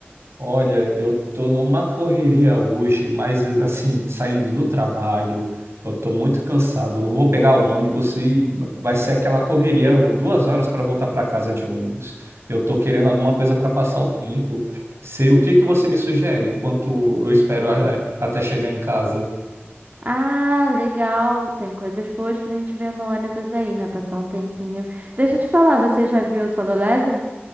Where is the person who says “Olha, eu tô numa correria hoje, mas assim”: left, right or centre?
Right